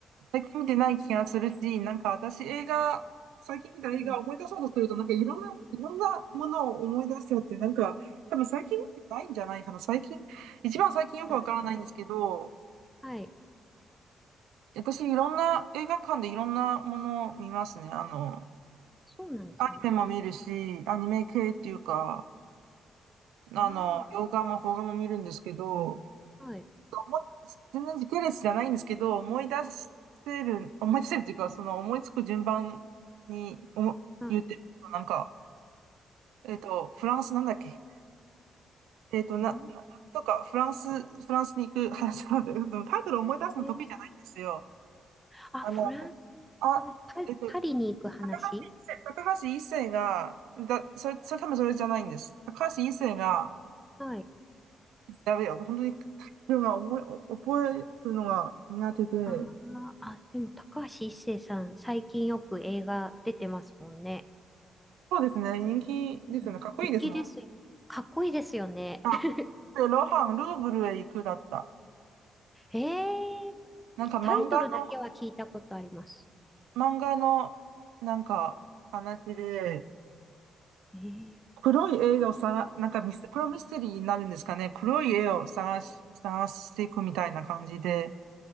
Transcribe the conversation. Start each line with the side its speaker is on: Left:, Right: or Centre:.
Right: 最近見てない気がするし、なんか私映画、最近見た映画を思い出そうとすると、
Centre: うん。
Right: なんかいろんな、いろんなものを思い出しちゃって、なんか多分最近見てないんじゃないかな。最近、一番最近よくわからないんですけど、
Centre: あの、はい。
Right: 私いろんな映画館でいろんなものを見ますね。あの、
Centre: そうなんですね。
Right: アニメも見るし、アニメ系っていうか、あの、
Centre: あ
Right: 洋画も邦画も見るんですけど、
Centre: あ、はい。
Right: 思い全然時系列じゃないんですけど、思い出せる、思い出せるというか、その思いつく順番におも言ってると、
Centre: は
Right: なんか、えっと、フランスなんだっけ、えっと、な、
Centre: い。うん。
Right: ななんとか、フランス、フランスに行く話なんだけど、でもタイトル思い出すの得意じゃないんですよ。
Centre: えーあ、
Right: あの、
Centre: フランスに行く話、
Right: あ、えっと、
Centre: パ、パリに行く話
Right: 一世高橋一生が、だ、それ、それ多分それじゃないんです。高橋一生が、
Centre: はい。
Right: やべえよ、もう本当にタイトルが思い、お覚えるのが苦手で、
Centre: あーあ、でも高橋一生さん、最近よく映画出てますもんね。
Right: そうですね、人気ですよね、
Centre: うん、
Right: かっこいいですもん。
Centre: 人気ですよね。かっこいいですよね。
Right: あ、
Centre: <laughs>
Right: で、ロハン、ルーブルへ行くだった。
Centre: えー、
Right: なんか漫画の、
Centre: タイトルだけは聞いたことあります。
Right: 漫画の、なんか話で、
Centre: ええ。
Right: 黒い絵をさ、なんかミス、これはミステリーになるんですかね。黒い絵を探し、探していくみたいな感じで、